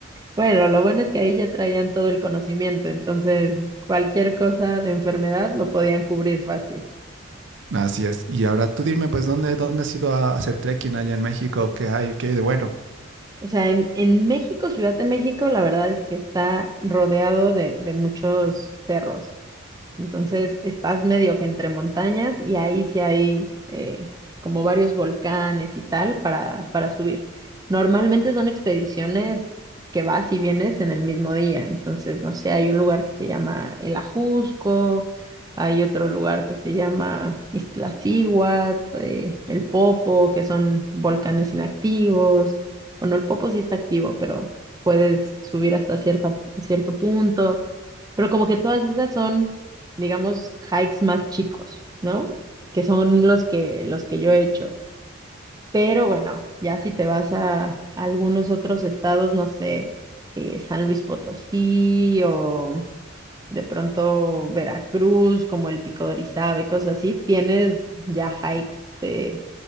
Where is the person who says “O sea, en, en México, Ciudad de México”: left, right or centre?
Right